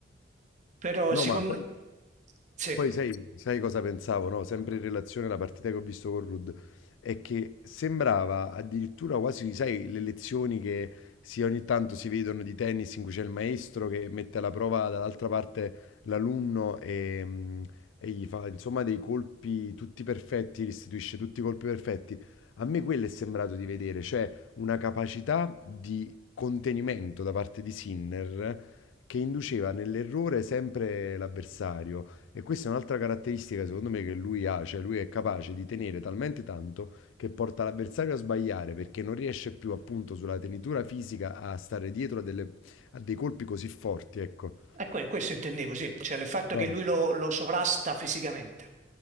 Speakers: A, on the right (about 40°); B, on the left (about 80°).
A: Però
B: No,
A: secondo...
B: ma poi
A: Sì,
B: poi sai, sai cosa pensavo, no? Sempre in relazione alla partita che ho visto con Rudd, è che sembrava addirittura quasi, sai, le lezioni che si, ogni tanto si vedono di tennis in cui c'è il maestro che mette alla prova dall'altra parte l'alunno e, mh, e gli fa, insomma, dei colpi tutti perfetti, restituisce tutti i colpi perfetti. A me quello è sembrato di vedere, cioè una capacità di contenimento da parte di Sinner che induceva nell'errore sempre l'avversario. E questa è un'altra caratteristica secondo me che lui ha, cioè lui è capace di tenere talmente tanto che porta l'avversario a sbagliare perché non riesce più appunto sulla tenitura fisica a stare dietro a, delle- a dei colpi così forti, ecco.
A: ecco, questo intendevo, sì, cioè il fatto
B: Eh,
A: che lui lo, lo sovrasta fisicamente.